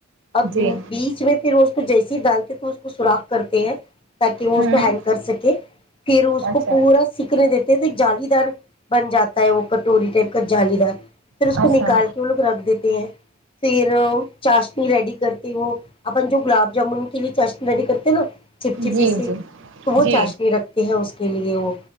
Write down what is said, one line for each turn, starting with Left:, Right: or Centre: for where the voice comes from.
Left: اب
Right: جی
Left: بیچ میں پھر تو جیسے ہی ڈالتے تو اس کو سوراخ کرتے ہیں تاکہ وہ
Right: ہوں
Left: اس کو ہین کر سکے کہ پھر اس
Right: اچھا
Left: کو پورا سیککھنے دیتے جالیدار بن جاتا ہے وہ کٹوری ٹائپ کا جالیدار پھر اس کو
Right: اچھا
Left: نکال کے وہ لوگ رکھ دیتے ہیں پھر چاشنی ریڈی کرتے وہ اپن جو گلاب جامن کے لیے چاشنی ریڈی کرتے ہیں نا چپ چپی
Right: جی
Left: سی
Right: جی
Left: تو وہ
Right: جی
Left: چاشنی رکھتی ہے اس کے لیے وہ